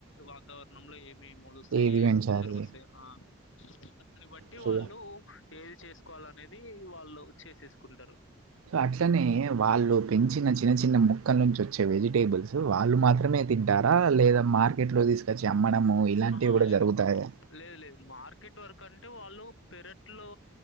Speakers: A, on the left; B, on the right.
A: వాతావరణంలో ఏ మీ మొలుస్తాయి
B: ఏది
A: ఏ
B: పెంచాలి
A: తొందరగా వస్తాయి ఆ దాన్ని బట్టి
B: చూడ
A: వాళ్ళు ఏది చేసుకోవాల అనేది వాళ్ళు చేసేసుకుంటారు
B: సో అట్లనే వాళ్ళు పెంచిన చిన్న చిన్న ముక్కల నుంచి వచ్చే వెజిటేబుల్స్ వాళ్ళు మాత్రమే తింటారా లేదా మార్కెట్ లో తీసుకొచ్చి అమ్మడము ఇలాంటివి
A: ఆహా
B: కూడా
A: లేదు
B: జరుగుతాయా
A: లేదు లేదు మార్కెట్ వర్క్ అంటే వాళ్ళు పెరట్లు